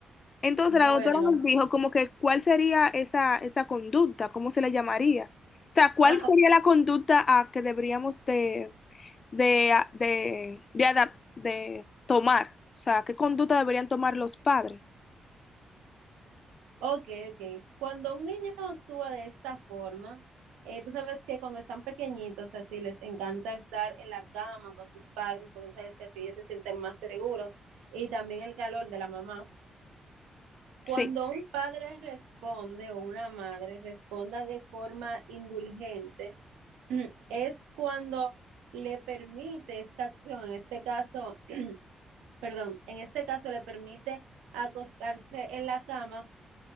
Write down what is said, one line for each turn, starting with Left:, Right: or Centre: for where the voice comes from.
Left: Entonces,
Right: Bueno.
Left: la doctora nos dijo como que cuál sería esa, esa conducta, cómo se le llamaría. O sea, cuál
Right: ah,
Left: sería la conducta a que deberíamos de de, a- de, de, adap- de tomar, o sea, qué conducta deberían tomar los padres.
Right: Ok, ok. Cuando un niño actúa de esta forma, eh, tú sabes que cuando están pequeñitos, así les encanta estar en la cama con sus padres, porque tú sabes que así ellos se sienten más seguros y también el calor de la mamá. Cuando
Left: Sí.
Right: un padre responde o una madre responda de forma indulgente, <clears throat> es cuando le permite esta acción, en este caso, perdón, en este caso le permite acostarse en la cama